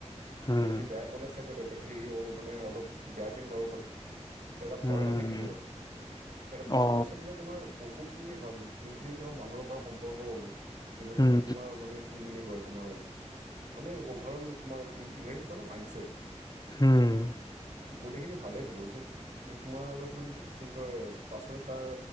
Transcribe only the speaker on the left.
হুম
হুম
অ
হুম
হম।